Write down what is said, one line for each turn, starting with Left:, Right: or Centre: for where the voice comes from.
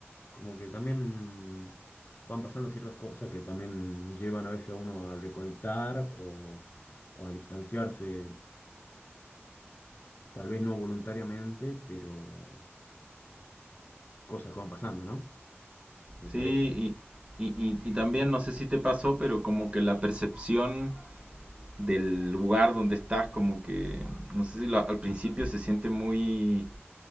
Left: como que también van pasando ciertas cosas que también llevan a veces a uno a reconectar o, o a distanciarse, tal vez no voluntariamente, pero cosas que van pasando, ¿no? Me
Right: sí,
Left: parece.
Right: y, y, y, y también no sé si te pasó, pero como que la percepción del lugar donde estás, como que, no sé si la- al principio se siente muy,